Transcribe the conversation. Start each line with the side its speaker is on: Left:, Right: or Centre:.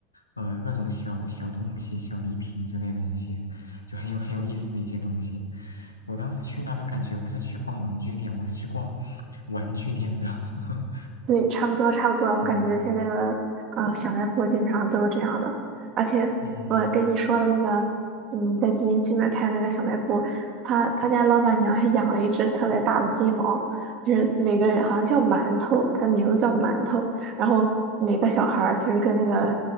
Left: 呃各种小小东西、小礼品之类的一些。就很有很有意思的一些东西。我当时去那都感觉不是去逛文具店，我是去逛玩具店的。<laughs>
Right: 对，差不多差不多，我感觉现在的呃小卖部基本上都是这样的，
Left: 嗯
Right: 而且我跟你说的那个，
Left: 嗯
Right: 嗯，在居民区那儿开那个小卖部，他他家老板娘还养了一只特别大的金毛，就是每个人好像叫馒头，它名字叫馒头，然后每个小孩儿就是跟那个